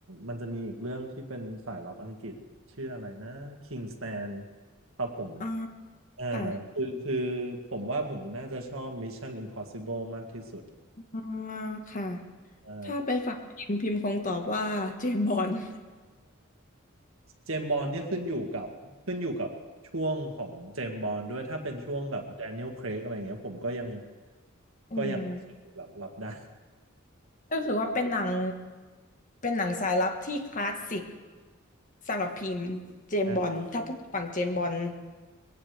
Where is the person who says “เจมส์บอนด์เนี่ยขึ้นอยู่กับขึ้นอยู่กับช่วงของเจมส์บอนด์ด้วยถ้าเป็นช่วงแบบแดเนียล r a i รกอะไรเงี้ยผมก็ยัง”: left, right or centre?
Right